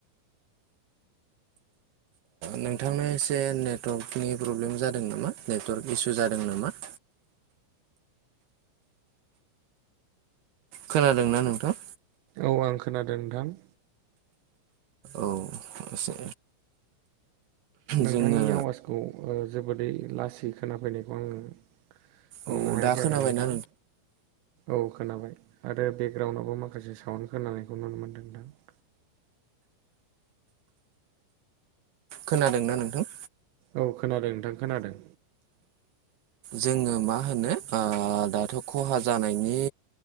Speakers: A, on the right (about 65°); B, on the right (about 80°).
A: नोंथांनो एसे नेटवर्कनि प्रब्लेम जादों नामा नेटवर्क इसु जादों नामा। खोनादोंना नोंथां
B: औ आं खोनादों नोंथां।
A: औ एसे
B: नोंथांनि
A: जोङो
B: आवाजखौ जोबोदै लासै खोनाफैनायखौ आङो। हमनो
A: औ
B: हायाखै
A: दा खोनाबायना
B: आरो नोंथां औ खोनाबाय आरो बेकग्राउन्डआवबो माखासे साउन्ड खोनानायखौ नुनो मोनदों नोंथां
A: खोनादोंना नोंथां।
B: औ खोनादों नोंथां खोनादों।
A: जोङो मा होनो ओ दाथ' खहा जानायनि